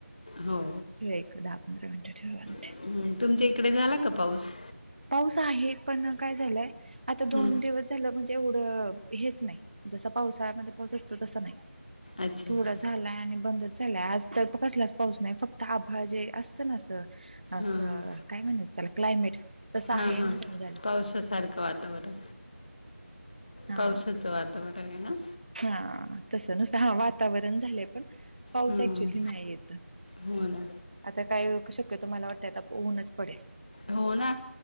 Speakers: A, on the left; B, on the right.
A: हो.
B: लै एक दहा - पंधरा मिनटं ठेवा <unintelligible>
A: हं, तुमच्या इकडे झाला का, पाऊस?
B: पाऊस आहे. पण काय झालय? आता दोन
A: हं,
B: दिवस तेला म्हणजे एवढं, हेच नाही. जसं पावसाळ्यामध्ये पाऊस असतो, तस नाही.
A: अच्छा
B: थोडं
A: अच्छा
B: झालाय आणि बंदच झालाय. आज तर प कसलाच पाऊस नाही. फक्त आभाळ जे असतं ना, असं अ
A: हां
B: का-
A: हां
B: काय म्हनायच त्याला, क्लायमेट. तसं आहे
A: हां, हां,
B: आणि बंद झालं
A: पावसासारखं वातावरण.
B: हा
A: पावसाचं वातावरणय ना.
B: हा, तसं. नुसतं. हा, वातावरण झालंय. पण पाऊस
A: हं,
B: ऍक्च्युली, नाही येत.
A: हो ना.
B: आता काय शक्यतो मला वाटतं आता ऊनच पडेल.
A: हो ना,